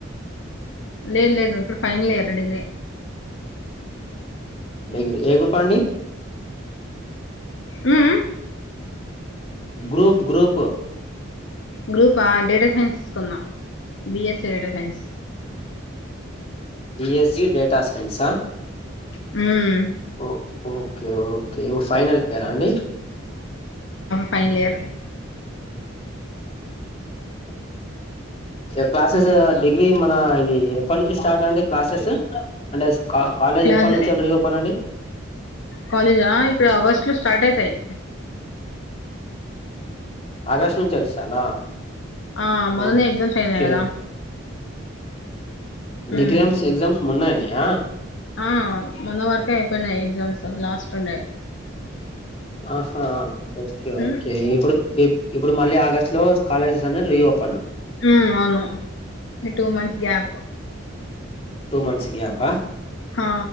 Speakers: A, on the left; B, on the left.
A: లేదు లేదు ఇప్పుడు ఫైనల్ ఇయర్ డిగ్రీ
B: ఏగిరి ఏగ్రూప్ అండి
A: ఉ ఉ
B: గ్రూప్ గ్రూప్
A: గ్రూప్ ఆ డేటా సైన్స్ తీసుకున్నా BSA data science
B: BSc data సైన్సా
A: ఉమ్
B: ఓ ఓకే ఓకే ఫైనల్ ఇయరా అండి
A: ఫైనల్ ఇయరు
B: క్లాస్ కె డిగ్రీ మన ఇది ఎప్పటి నుంచి స్టార్ట్ అండి క్లాసెస్ అంటే కాలేజ్
A: క్లాస్
B: ఎప్పటి నుంచి రో పనండి
A: కాలేజా ఇప్పుడు ఆగస్టులో స్టార్ట్ అయితాయి
B: ఆకాష్ట్ నుంచి అరిస్తాలా
A: ఆ మొన్ననే
B: ఓకే
A: ఎగ్జామ్స్ అయినాయి కదా మ్మ్
B: డిగ్రీమ్స్ ఎగ్జామ్స్ ఉన్నాయనియా
A: ఆ మొన్న వరకే అయిపోయినాయి ఎగ్జామ్స్ లాస్ట్ ఉండే
B: ఆహా ఓకే
A: మ్మ్
B: ఓకే ఇప్పుడు ఇప్పుడు మళ్ళీ ఆగస్టు లో కాలేజెస్ అని రీఓపన్
A: మ్మ్ అవును two months gap
B: two months gap
A: ఆ